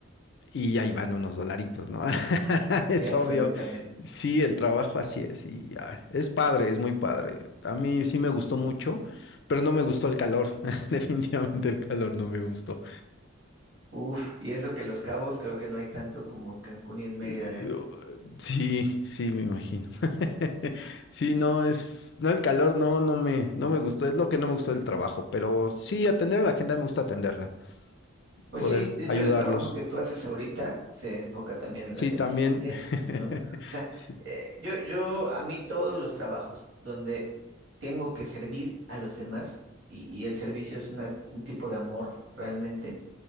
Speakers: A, on the left; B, on the right.
A: y ahí van unos dolaritos, ¿no? <laughs> Es
B: Sí, absolutamente.
A: obvio. Sí, el trabajo así es y ah, es padre, es muy padre. A mí sí me gustó mucho, pero no me gustó el calor. <laughs> Definitivamente el calor no me gustó.
B: Uf, y eso que Los Cabos creo que no hay tanto como en Cancún y en Mérida,
A: Eh,
B: ¿eh?
A: Sí, sí, me imagino. <laughs> Sí, no es, no el calor, no, no me, no me gustó. Es lo que no me gustó del trabajo, pero sí atender a la gente me gusta atenderla,
B: Pues
A: poder
B: sí, de
A: ayudarlos.
B: hecho el trabajo que tú haces ahorita se enfoca también en la
A: Sí,
B: atención
A: también.
B: al cliente,
A: <laughs>
B: ¿no? O sea,
A: Sí,
B: eh, yo, yo, a mí todos los trabajos donde tengo que servir a los demás y, y el servicio es una- un tipo de amor realmente,